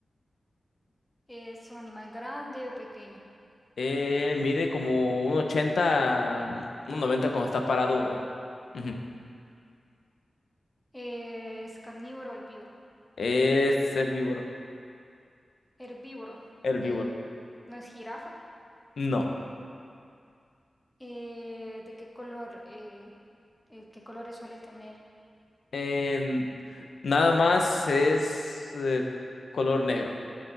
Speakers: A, in the centre; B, on the left.
A: ¿Es un animal grande o pequeño?
B: Eh, mide como un 80 un 90 cuando está parado.
A: Es largo.
B: Ujú.
A: Eh, ¿es carnívoro o herbívoro?
B: Es herbívoro.
A: Herbívoro.
B: Herbívoro.
A: Eh, ¿no es jirafa?
B: No.
A: Eh, ¿de qué color? eh, eh, ¿qué colores suele tener?
B: Eh, nada más es eh, color negro.